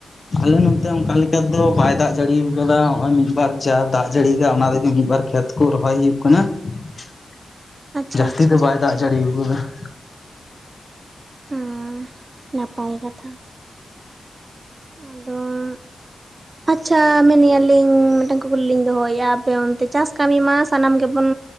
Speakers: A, on the left; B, on the right.
A: ᱟᱞᱮ ᱱᱚᱛᱮ ᱚᱱᱠᱟ ᱞᱮᱠᱟ ᱫᱚ ᱵᱟᱭ ᱫᱟᱜ ᱡᱟᱹᱲᱤᱭᱟᱠᱟᱫᱟ ᱱᱚᱜᱼᱚᱭ ᱢᱤᱫᱵᱟᱨ ᱡᱟ ᱫᱟᱜ ᱡᱟᱹᱲᱤᱭᱟᱠᱟᱫᱟ ᱚᱱᱟ ᱨᱮᱜᱮ ᱢᱤᱫᱵᱟᱨ ᱠᱷᱮᱛ ᱠᱚ ᱨᱚᱦᱚᱭ ᱦᱩᱭᱩᱜ ᱠᱟᱱᱟ ᱾
B: ᱟᱪᱪᱷᱟ
A: ᱡᱟᱹᱥᱛᱤ
B: ᱟᱪᱪᱷᱟ
A: ᱫᱚ ᱵᱟᱭ ᱫᱟᱜ ᱡᱟᱹᱲᱤᱣ ᱠᱟᱫᱟ ᱾
B: ᱦᱩᱸ ᱱᱟᱯᱟᱭ ᱠᱟᱛᱷᱟ ᱾ ᱟᱫᱚᱸᱻ ᱟᱪᱪᱷᱟ ᱢᱮᱱᱮ-ᱟᱞᱤᱧ ᱢᱤᱫᱴᱟᱝ ᱠᱩᱠᱞᱤ ᱞᱤᱧ ᱫᱚᱦᱚᱭᱮᱜ-ᱟ ᱟᱯᱮ ᱚᱱᱛᱮ ᱪᱟᱥ ᱠᱟᱹᱢᱤ ᱢᱟ ᱥᱟᱱᱟᱢ ᱜᱮᱵᱚᱱ